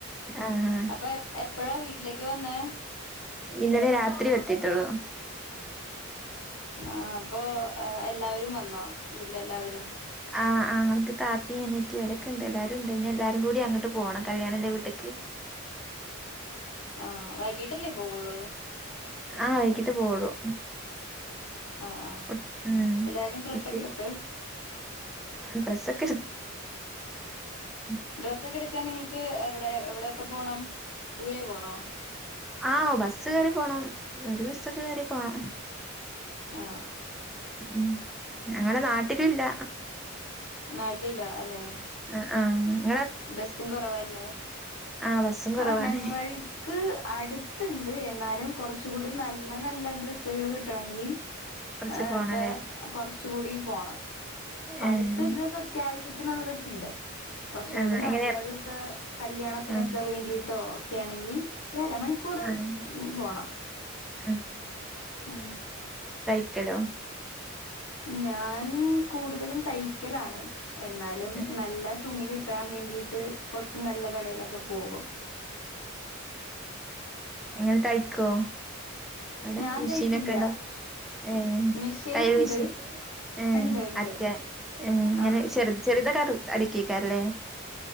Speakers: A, in the centre; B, on the left (about 70°).
A: ആഹ്
B: അപ്പൊ എപ്പഴാ വീട്ടിലേക്ക് വന്നേ?
A: ഇന്നലെ രാത്രി എത്തിട്ടേയുള്ളു.
B: ആ അപ്പൊ എല്ലാവരും വന്നോ? വീട്ടിലെ എല്ലാവരും?
A: ആ ആ താത്തി അനിയത്തി അവരൊക്കെ ഇണ്ട് എല്ലാരും ഇണ്ട് എല്ലാരും കൂടി അങ്ങോട്ട് പോണം കല്യാണല്ല വീട്ടേക്ക്.
B: ആ വൈകീട്ടല്ലേ പോവോളൂ?
A: ആ വൈക്കിട്ടേ പോവുള്ളു.
B: ആ ആ
A: ഫ ഉം
B: എല്ലാവർക്കും ഡ്രസ്സൊക്കെ
A: ഉറ്റി
B: എടുത്ത്
A: ആ ഡ്രസ്സ് <unintelligible>
B: ഡ്രസ്സൊക്കെ എടുക്കാൻ നിങ്ങൾക്ക് എവിടെ എവിടൊക്കെ പോണം? ദൂരെ പോണോ?
A: ആഹ് ബസ്സ് കേറി പോണം ഒരു ബസ് ഒക്കെ കേയറി പോണം.
B: ആ
A: ഉം. ഞങ്ങടെ നാട്ടിലില്ല.
B: നാട്ടിലില്ല അല്ലെ?
A: ആ
B: ബസും കുറവാ അല്ലേ?
A: ആഹ് ബസ്സും കുറവാണ്
B: ആ ഞങ്ങൾക്ക് അടുത്തുണ്ട് എന്നാലും കുറച്ചുകൂടി നല്ല നല്ല ഡ്രസ്സുകള് കിട്ടണഎങ്കി
A: കൊറച്ച്
B: ഏ
A: പോണല്ലേ
B: ഇപ്പൊ കൊറച്ച് കൂടി പോണം.
A: ഏഹ്
B: അടുത്ത ഡ്രസ് അത്യ ആവശ്യനുള്ളതൊക്കെയുണ്ട്. കുറച്ചും കൂടി
A: ആഹ്
B: നല്ലതൊക്കെ
A: എങ്ങനെ
B: കല്യാണത്തിനൊക്കെ
A: ആഹ്
B: വേണ്ടിട്ടോ ക്കയാണെങ്കി അരമണിക്കൂർ
A: ആഹ്
B: പോണം
A: ആഹ്
B: ഉം
A: ഹലോ
B: ഞാൻ കൂടുതലും തയ്ക്കലാണ്. എന്നാലും
A: ഏഹ്
B: നല്ല തുണി കി തൻ വേണ്ടിട്ട് കുറച്ച് നല്ല കടയിലൊക്കെ പോകും.
A: നിങ്ങള് തയ്ക്കോ? അവിടെ
B: ഞാൻ
A: മെഷീനെക്കെ
B: തയ്ക്കില്ല
A: ഉണ്ടോ? ഏ
B: മെഷീന്ണ്ട്
A: തയൽ മെഷീൻ ഏ
B: ഇണ്ട് ഇണ്ട്
A: അറ്റ ഏ ഇങ്ങനെ
B: ആഹ്
A: ചെ ചെറുത കർ അടക്കിവെയ്ക്കാറില്ലേ?